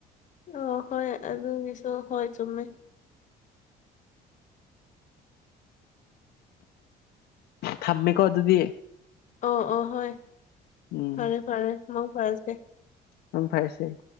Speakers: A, on the left; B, on the left.
A: ꯑ ꯍꯣꯏ ꯑꯗꯨꯒꯤꯁꯨ ꯍꯣꯏ ꯆꯨꯝꯃꯦ
B: ꯊꯝꯃꯦꯀꯣ ꯑꯗꯨꯗꯤ
A: ꯑꯣ ꯑꯣ ꯍꯣꯏ
B: ꯎꯝ
A: ꯐꯔꯦ ꯐꯔꯦ ꯃꯡ ꯐꯔꯁꯦ
B: ꯎꯝ ꯐꯔꯁꯦ